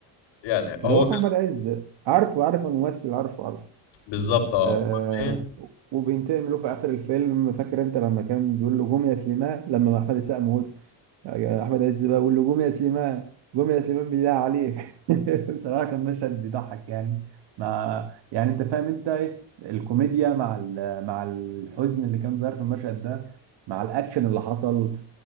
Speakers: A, on the left; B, on the right.
A: يعني هو
B: اللي هو أخو
A: كان
B: أحمد عز عارفه عارف الممثل عارفه عارفه
A: بالظبط اه
B: آه
A: أمال ايه
B: وبينتقم له في آخر الفيلم فاكر أنت لما كان بيقول له قوم يا سليمان لما أحمد السقا موته احمد عز بقى بيقول له قوم يا سليمان قوم يا سليمان بالله عليك <laughs> بصراحه كان مشهد بيضحك يعني مع يعني انت فاهم انت إيه؟ الكوميديا مع ال... مع الحزن اللي كان ظاهر في المشهد ده مع الاكشن اللي حصل